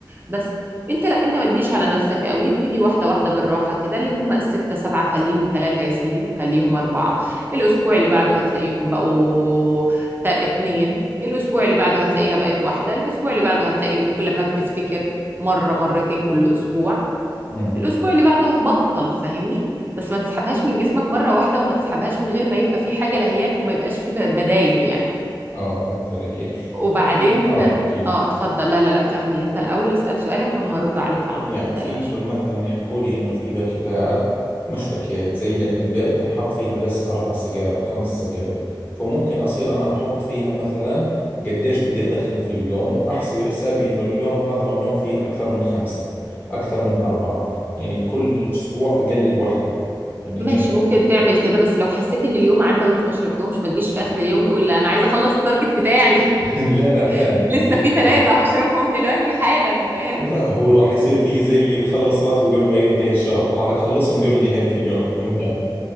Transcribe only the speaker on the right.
بس انت لا انت ما تجيش على نفسك قوي ابتدي واحدة واحدة بالراحة كده اللي هم الستة سبعة خليهم ثلاثة يا سيدي خليهم أربعة الأسبوع اللي بعده هتلاقيهم بقوا تا- اتنين الأسبوع اللي بعده هتلاقيها بقت واحدة الأسبوع اللي بعده هتلاقي كل ما بتفتكر مرة مرتين كل أسبوع
الاسبوع اللي بعده هتبطل فاهمني بس ما تسحبهاش من جسمك مره واحده وما تسحبهاش من غير ما يبقى في حاجه لهياك وما يبقاش في ب- بدايل يعني
وبعدين
اه اتفضل لا لا لا كمل انت الاول اسال سؤالك وانا هرد عليك على
طول ما تقلقش
ماشي
ممكن تعمل كده بس لو حسيت ان اليوم عدى وانت ما شربتهمش ما تجيش في اخر اليوم تقول لا انا عايزه اخلص التارجت بتاعي <laughs>
لسه في ثلاثه
هشربهم دلوقتي حالا فاهم